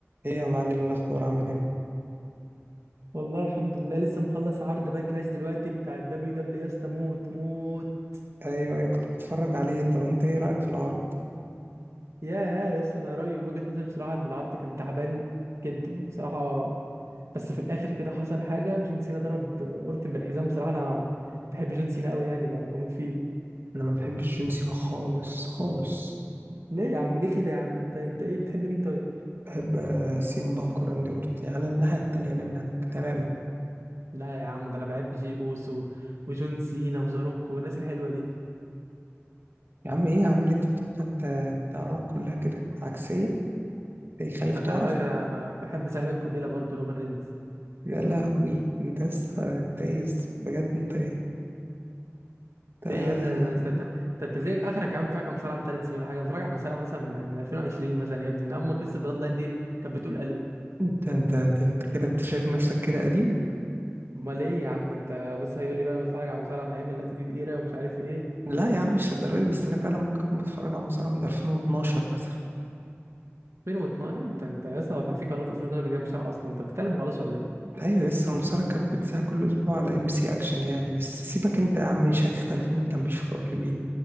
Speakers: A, on the right; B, on the right.
A: ايه يا معلم إيه الاخبار عامل ايه
B: والله الحمد لله لسه مخلص عرض باكلاش دلوقتي بتاع الدبليو دبليو يا اسطى موت موت
A: ايوه ايه كنت بتفرج عليه طب انت ايه رايك في العرض
B: يا يا اسطى انا رايي وجهة نظري بصراحه ان العرض كان تعبان جدا يعني بصراحه بس في الاخر كده حصل حاجه جون سينا ضرب اورتن بالحزام بصراحه انا بحب جون سينا قوي يعني ب- بموت فيه
A: انا ما بحبش جون سينا خالص خالص
B: ليه يا عم ليه كده يا عم طيب انت ايه بتحب مين طيب
A: بحب آه، سيم بانك وراندي اورتن يعني الناحيه التانيه منك تماما
B: لا يا عم ده انا بحب جي اوسو وجون سينا وزاروك والناس الحلوه دي
A: يا عم ايه يا عم اللي انت بتقول ده انت انت اراك كلها كده عكسيه ايه خالف
B: انت خلي
A: تعرف
B: بالك أنا بحب زعيم القبيله برضه رومان رينز
A: يا لهوي انت لسه انت ايه يا اسطى؟ بجد انت ايه انت
B: ايه يا ابني انا انت انت أنت بتلاقيك اخرك يا عم فاكر مصارعه من ثلاث سنين ولا حاجه بتفرج على مصارعه مثلا من من 2020 مثلا يا ابني من اول ما قصه بلاد لاين دي كانت بتقول الو
A: انت انت ده انت كده انت شايف نفسك كده قديم
B: امال ايه يا عم انت بص هيقول لي بقى انا بتفرج على مصارعه من ايام الاتيتيود ايرا ومش عارف ايه
A: لا يا عم مش للدرجه دي بس انا فعلا ممكن اكون بتفرج على المصارعه من 2012 مثلا
B: 2012 يا عم انت انت يا اسطى هو كان في قناه 2012 بدي مصارعه اصلا انت بتتكلم خالص ولا ايه
A: ايوه لسه المشاركه بتذاع كل اسبوع على ام سي اكشن يعني بس سيبك انت يا عم مش هنختلف مين كان بيشوف قبل مين